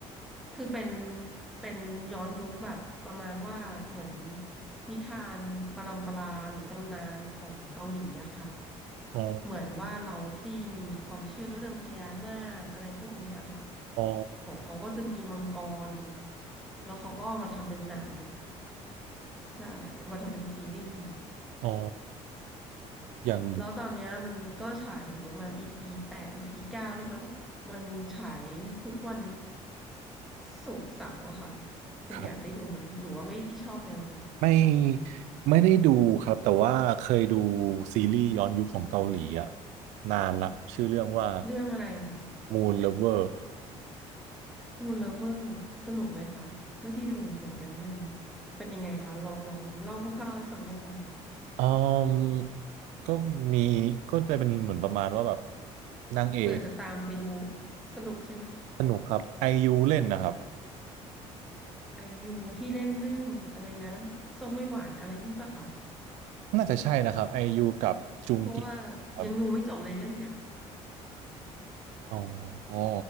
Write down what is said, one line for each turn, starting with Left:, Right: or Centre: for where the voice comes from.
Centre: คือเป็น เป็นย้อนยุคแบบประมาณว่าเหมือนนิทานปรัมปราหรือตำนานของเกาหลีอะค่ะ
Right: อ๋อ
Centre: เหมือนว่าเราที่มีความเชื่อเรื่องพญานาคอะไรพวกนี้อะค่ะ
Right: อ๋อ
Centre: ของเขาก็จะมีมังกร แล้วเขาก็เอามาทำเป็นหนังใช่เอามาทำเป็นซีรีส์
Right: อ๋ออย่าง
Centre: แล้วตอนเนี้ยมันก็ฉายถึงประมาณ EP แปด EP เก้าได้มั้งมันฉายทุกวันศุกร์เสาร์อะค่ะ คุณอยากได้ดูไหม
Right: ครับ
Centre: หรือว่าไม่ชอบแนวนี้
Right: ไม่ไม่ได้ดูครับแต่ว่าเคยดูซีรีส์ย้อนยุคของเกาหลีอะนานละชื่อเรื่องว่า
Centre: เรื่องอะไรคะ
Right: Moon Lover
Centre: Moon Lover สนุกไหมคะไม่ได้ดูเหมือนกันเรื่องนี้เป็นยังไงคะลองลองเล่าคร่าวๆให้ฟังได้ไหมคะ
Right: อืมก็มีก็จะเป็นเหมือนประมาณว่าแบบนางเอก
Centre: เผื่อจะตามไปดูสนุกใช่ไหม
Right: สนุกครับไอยูเล่นนะครับ
Centre: ไอยูที่เล่นเรื่องอะไรนะส้มไม่หวานอะไรนี่ปะคะ
Right: น่าจะใช่นะครับไอยูกับจุงกิ
Centre: เพราะว่า
Right: ครับ
Centre: ยังดูไม่จบเลยเรื่องเนี้ย
Right: อ๋อ